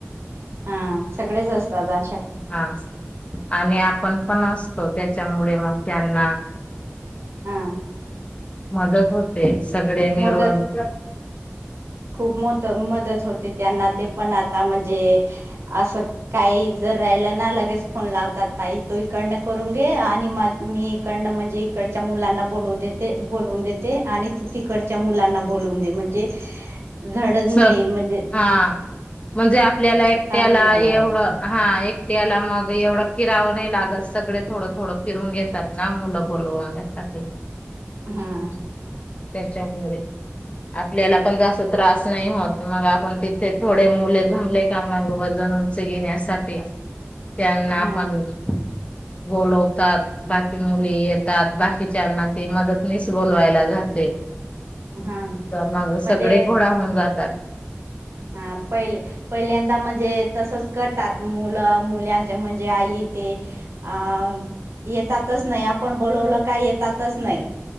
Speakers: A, on the right (about 60°); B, on the left (about 25°).
A: हा! सगळेच असतात अशा
B: हा आणि आपण पण असतोचं. त्याच्यामुळे मग त्यांना,
A: हा!
B: मदत होते. सगळे मिळून
A: मदत खूप मोतं मदत होत ते त्यांना ते पण आता म्हणजे, अस काही जर राहिलं ना लगेच फोन लावता. ताई तू इकडं करून घे आणि मा मी इकडं म्हणजे, इकडच्या मुलांना बोलवू देते बोल वून देते आणि तू तिकडच्या मुलांना बोलवून दे म्हणजे, झडच
B: सग
A: नाही म्हणजे
B: हा म्हणजे आप ल्याला एकट्याला
A: चांगलं झालं.
B: एवढं हा एकट्याला मग एवढं फिरावं नाही लागत सगळे थोडं - थोडं थोडं फिरून घेतात ना मुलं बोलवण्यासाठी.
A: हम्म!
B: त्याच्यामुळे आपल्याला पण जर असा त्रास, नाही होत. मग आपण तिथे थोडे मुले जमले का म वजन उंची घेण्यासाठी, त्यांना
A: हा
B: आपण बोलव. तात. बाकी मुले येतात बाकीच्यांना ते मदतनीस बोलवायला जाते.
A: हा
B: मग
A: म्हणजे
B: सगडे गोळा होऊन जातात.
A: हा पहिल पहिल्यांदा म्हणजे तसंच करतात मुलं मुल्यांच्या म्हणजे आई ते अ येतातच नाही आपण बोलवलं का येतातच नाही.